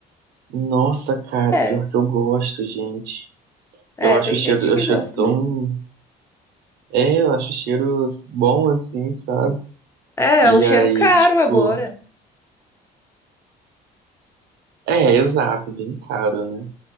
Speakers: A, on the right; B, on the left.
A: Nossa, cara,
B: É,
A: pior que eu gosto, gente.
B: é,
A: Eu acho
B: tem
A: o cheiro,
B: gente
A: eu
B: que
A: acho
B: gosta
A: cheiro tão.
B: mesmo.
A: É, eu acho o cheiro bom, assim, sabe?
B: É,
A: E
B: é um cheiro
A: aí,
B: caro
A: tipo.
B: agora.
A: É, exato, bem caro, né?